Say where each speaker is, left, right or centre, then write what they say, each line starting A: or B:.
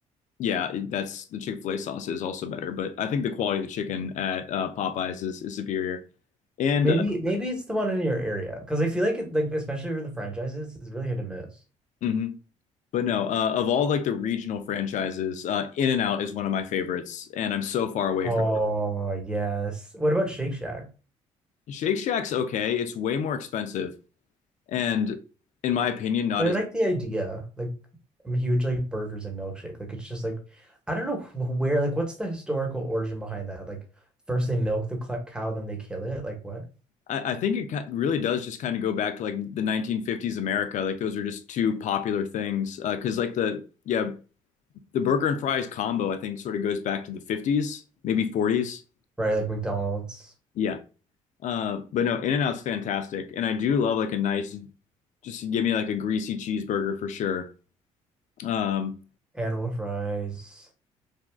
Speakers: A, on the left; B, in the centre.
A: Yeah, it- that's the Chick-fil-A sauce is also better, but I think the quality of the chicken at uh, Popeyes is, is superior. And
B: Maybe
A: uh,
B: maybe it's the one in your area because I feel like it like especially for the franchises, it's really hit and miss.
A: mhm. But no, uh, of all like the regional franchises, uh, in and out is one of my favorites, and I'm so far away
B: Oh
A: from.
B: yes. What about Shake Shack?
A: Shake Shack's okay. It's way more expensive, and in my opinion, not
B: But
A: as.
B: I like the idea. Like I'm a huge like burgers and milkshake. Like it's just like I don't know wh- where like what's the historical origin behind that? Like first they milk the cl- cow, then they kill it. Like what?
A: I, I think it really does just kind of go back to like the 1950s America. Like those are just two popular things because uh, like the yeah the burger and fries combo I think sort of goes back to the 50s, maybe 40s.
B: Right, like McDonald's,
A: Yeah, uh, but no, In-N-Out's fantastic, and I do love like a nice just give me like a greasy cheeseburger for sure. Um,
B: animal fries.